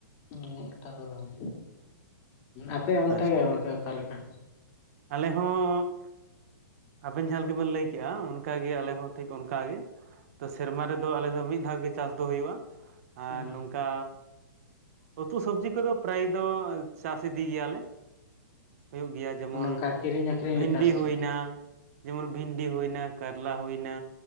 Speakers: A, on the left (about 30°); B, on the right (about 45°).
A: ᱚᱱᱹᱜᱴᱟ ᱫᱚ ᱵᱟᱝ ᱟᱯᱮ ᱚᱱᱛᱮ
B: ᱟᱪᱪᱷᱟ
A: ᱜᱮ ᱜᱚᱢᱠᱮ ᱚᱠᱟᱞᱮᱠᱟ
B: ᱟᱞᱮ ᱦᱚᱸ ᱟᱵᱮᱱ ᱡᱟᱦᱟᱸ ᱞᱮᱠᱟᱵᱮᱱ ᱞᱟᱹᱭ ᱠᱮᱜᱼᱟ ᱚᱱᱠᱟᱜᱮ ᱟᱞᱮ ᱦᱚᱸ ᱴᱷᱤᱠ ᱚᱱᱠᱟᱜᱮ ᱛᱚ ᱥᱮᱨᱢᱟ ᱨᱮᱫᱚ ᱟᱞᱮ ᱫᱚ ᱢᱤᱫ ᱫᱷᱟᱣ ᱜᱮ ᱪᱟᱥ ᱫᱚ ᱦᱩᱭᱩᱜᱼᱟ ᱟᱨ
A: ᱦᱮᱸ
B: ᱱᱚᱝᱠᱟ ᱩᱛᱩ ᱥᱚᱵᱡᱤ ᱠᱚᱫᱚ ᱯᱨᱟᱭ ᱫᱚ ᱪᱟᱥ ᱤᱫᱤ ᱜᱮᱭᱟᱞᱮ ᱦᱩᱭᱩᱜ ᱜᱮᱭᱟ ᱡᱮᱢᱚᱱ
A: ᱦ ᱱᱚᱝᱠᱟ ᱠᱤᱨᱤᱧ ᱟᱠᱷᱨᱤᱧ
B: ᱵᱷᱤᱱᱰᱤ
A: ᱞᱮᱠᱟ ᱥᱮ ᱪᱮᱫ
B: ᱦᱩᱭᱱᱟ ᱡᱮᱢᱚᱱ ᱵᱷᱤᱱᱰᱤ ᱦᱩᱭᱱᱟ ᱠᱟᱨᱞᱟ ᱦᱩᱭᱱᱟ